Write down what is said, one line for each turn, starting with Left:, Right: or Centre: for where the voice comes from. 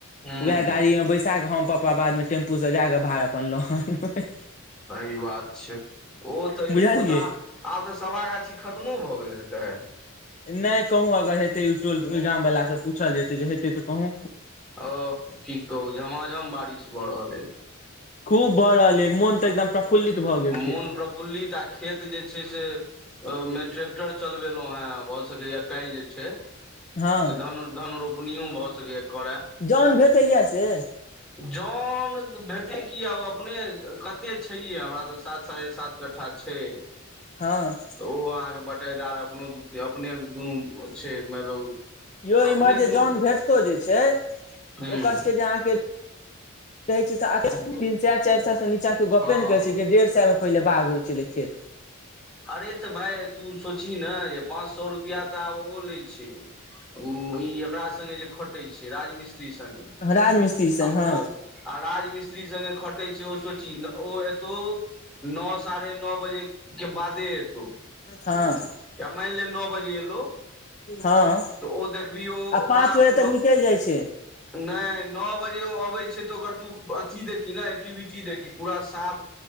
Centre: हूं
Left: वएह गाड़ी मे बैसा क हम पा। बाद मे टेम्पू स जाक भाड़ अपन ल अनबै।
Centre: सही बात छै ओ तऽ ओ
Left: बुझलियै
Centre: तऽ आब तऽ सभागाछी खत्मो भऽ गेल हेताय
Left: नै कहूँ अगर हेतै ओहि गाम वला स पूछल जेतै जे हेतै तऽ कहूँ
Centre: ओ की कहू झमाझम बारिश भऽ रहल अई
Left: खूब भ रहल यै मोन तऽ एकदम फुलित भ गेल।
Centre: मोन
Left: छै
Centre: प्रफुल्लित आ खेत जे छै से मेट क टर चलबेलौ हाँ भ सकेया काल्हि जे छै
Left: हँ
Centre: धन धनरोप अपनियो भऽ सकैए करय
Left: जन भेटैया से
Centre: जोन भेटै किया ओ अपने कते छैये हमरा तऽ सात साढ़े सात कठ्ठा छै।
Left: हाँ।
Centre: ओ अहाँके बटेदार अपनो अपने दुनू छै मतलब
Left: हौ इमहर
Centre: अपने
Left: जे
Centre: दुनू
Left: जन भेटतो जे छै
Centre: हूं
Left: ओकर सब कहै छै त तीन सए चारि साल से नीचा के गपे
Centre: हँ
Left: नै कहै छै जे डेढ़ सए मे पहिले बाग होइत छलै खेत
Centre: अरे तऽ भाय तू सोचही न जे पाँच सए रुपआ तऽ आब ओ लै छै मी ई एकरा संगे जे खटै छै राजमिस्त्री संगे
Left: राज मिस्त्री संग
Centre: आ
Left: हँ
Centre: ओ आ राजमिसत्री संगे ख कटे छै ओ सोची ओ एतौ नो ओ साढ़े नोओ बजे के बादे तो
Left: हँ
Centre: या मानि ले नओ बजे एलौ
Left: हँ
Centre: तऽ ओ देखबिहि ओ
Left: आ
Centre: ओकरा
Left: पाँच बजे
Centre: उ
Left: तक
Centre: न
Left: निकलि जाइ छै
Centre: नै नओ बजे ओ अबै छै तऽ ओकर तू अथी देखही ने एक्टिविटी की देखि पूरा साफ